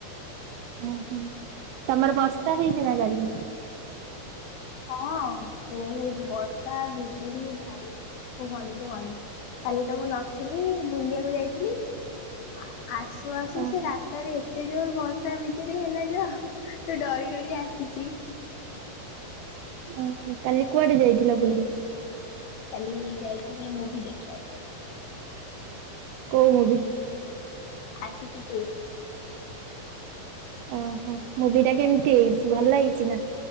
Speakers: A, on the right; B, on the left.
A: ଓହୋ ତମର ବର୍ଷା ହେଇଚି ନା କାଲି।
B: ହଁ ବହୁତ ବର୍ଷା ବିଜୁଳି ଭାଇ କୁହନି କୁହନି। କାଲି ତ ମୁଁ ନଥିଲି ବୁଲିବାକୁ ଯାଇଥିଲି। ଆଁ ଆସୁ ଆସୁ
A: ଓ
B: ସେ ରାସ୍ତାରେ ଏତେ ଯୋରେ ବର୍ଷା ବିଜୁଳି ହେଲା ଯୋଉ ତୁ ଡ଼ରି ଡ଼ରି ଆସିଚି।
A: ଓହୋ କାଲି କୁଆଡ଼େ ଯାଇଥିଲ ବୁଲି।
B: କାଲି ଯାଇଥିଲି ମୁଭି ଦେଖିବାକୁ।
A: କୋଉ ମୁଭି?
B: ଆସି କିି ତୁ
A: ଓହୋ ମୁଭିଟା କେମିତି ହେଇଛି ଭଲ ହେଇଚି ନା।